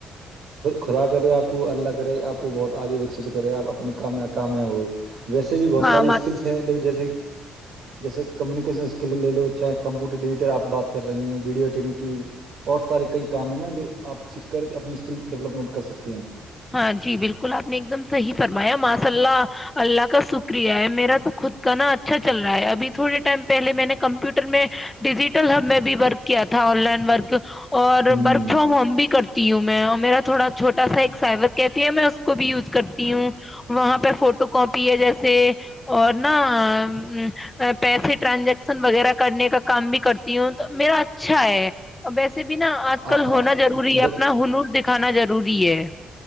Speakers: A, on the right (about 70°); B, on the left (about 15°).
A: خدا کرے آپ کو اللہ کرے آپ کو بہت آگے وکست کرے آپ اپنے کام کامیاب ہو ویسے بھی بہت ساری
B: ہاں ما
A: اسکلس ہیں لیک جیسے جیسے کمیونکیشن اسکل لے لو چاہے کمپیوٹر ڈییٹ آپ بات کر رہی ہیں ویڈیو ایڈٹنگ کی اور سارے کئی کام ہے نا جو آپ س کر کے اپنی اسکل ڈیولپمٹ کر سک ہیں
B: ہاں جی بالکل آپ نے ایک دم صحی فرمایا ماس سلہ اللہ کا شکریہ ہے میرا تو خود کا نا اچھا چ رہا ہے اب تھوڑے ٹائم پہے میں نے کمپیوٹر میں ڈیجیٹل ہب میں بھی ورک کیا تھا آن لائن ورک اور
A: ہوں
B: ورک فرام ہوم بھی کرتی ہوں میں میرا تھوڑا چھوٹا سائبر کہتی ہے میں اس کو بھی یوز کرتی ہوں وہاں پہ فوٹو کاپی ہے جیسے اور نہا پیسے ٹرانزیکشن وغیرہ کرنے کا کام بھی کرتی ہوں تو میرا اچھا ہے اور ویسے بھی نا آج
A: آ-
B: کل
A: آ-
B: ہونا ضروری ہے اپنا ہنور دکھانا ضروری ضروری ہے